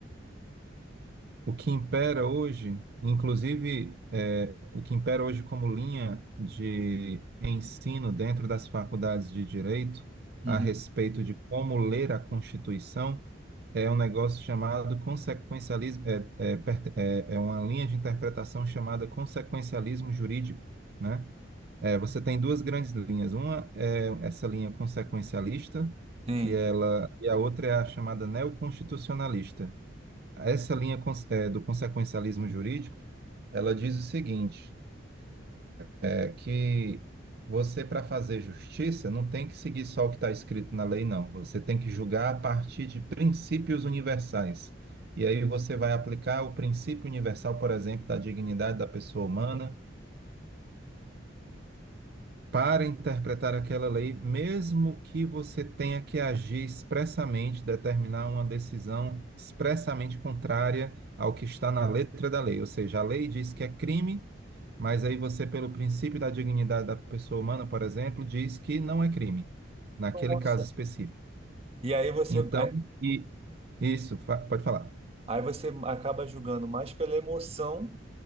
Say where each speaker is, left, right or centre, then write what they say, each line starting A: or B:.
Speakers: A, on the right; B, on the right.
A: O que impera hoje, inclusive, é, o que impera hoje como linha de ensino dentro das faculdades de direito
B: Uhum.
A: a respeito de como ler a Constituição é um negócio chamado consequencialismo, é, é, perte- é- é uma linha de interpretação chamada consequencialismo jurídico, né? É, você tem duas grandes linhas. Uma é essa linha consequencialista,
B: Sim.
A: que ela, e a outra é a chamada neoconstitucionalista essa linha cons- eh, do consequencialismo jurídico, ela diz o seguinte, é que você, para fazer justiça, não tem que seguir só o que está escrito na lei, não. Você tem que julgar a partir de princípios universais. E aí você vai aplicar o princípio universal, por exemplo, da dignidade da pessoa humana, para interpretar aquela lei, mesmo que você tenha que agir expressamente, determinar uma decisão expressamente contrária ao que está na letra da lei. Ou seja, a lei diz que é crime, mas aí você, pelo princípio da dignidade da pessoa humana, por exemplo, diz que não é crime, naquele
B: Nossa.
A: caso específico.
B: E aí você,
A: Então,
B: aí
A: e isso, fa- pode falar.
B: aí você acaba julgando mais pela emoção